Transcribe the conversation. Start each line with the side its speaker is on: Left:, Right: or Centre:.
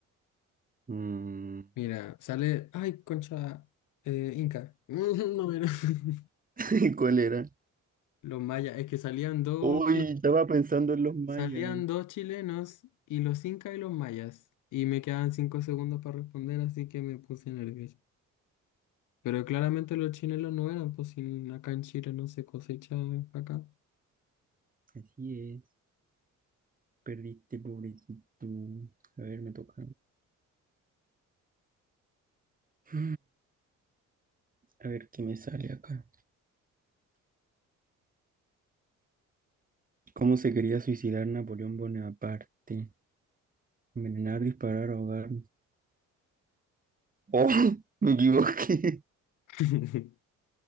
Right: Mm.
Left: Mira, sale, ay, concha, eh, Inca. <laughs> No, mira. <laughs>
Right: <laughs> ¿Cuál era?
Left: Los mayas, es que salían dos,
Right: Uy,
Left: sí.
Right: estaba pensando en los mayas.
Left: Salían dos chilenos y los incas y los mayas. Y me quedaban cinco segundos para responder, así que me puse nervioso. Pero claramente los chilenos no eran, pues sin acá en Chile no se cosecha acá.
Right: Así es. Perdiste, pobrecito. A ver, me toca. <sighs> A ver qué me sale acá. ¿Cómo se quería suicidar Napoleón Bonaparte? Envenenar, disparar, ahogar. ¡Oh! <laughs> Me equivoqué.
Left: <laughs>